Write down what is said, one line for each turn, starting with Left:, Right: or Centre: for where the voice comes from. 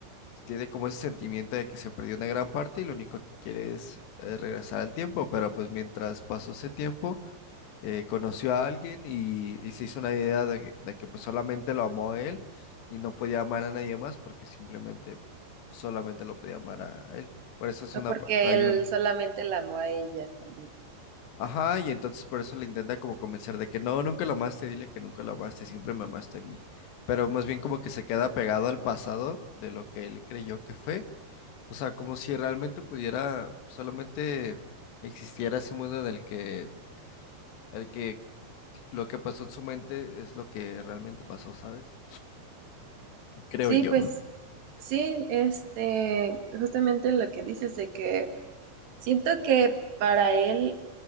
Left: tiene como ese sentimiento de que se perdió una gran parte y lo único que quiere es eh, regresar al tiempo, pero pues mientras pasó ese tiempo, eh, conoció a alguien y, y se hizo una idea de, que de que, pues solamente lo amó a él y no podía amar a nadie más porque simplemente solamente lo podía amar a, él. Por eso es
Right: No,
Left: una,
Right: porque
Left: pa- hay
Right: él
Left: un,
Right: solamente la amó a ella también.
Left: ajá, y entonces por eso le intenta como convencer de que no, nunca lo amaste, dile que nunca lo amaste, siempre me amaste a mí. Pero más bien como que se queda pegado al pasado de lo que él creyó que fue. O sea, como si realmente pudiera solamente existiera ese mundo en el que el que Lo que pasó en su mente es lo que realmente pasó, ¿sabes? creo
Right: Sí,
Left: yo.
Right: pues sí, este, justamente lo que dices de que siento que para él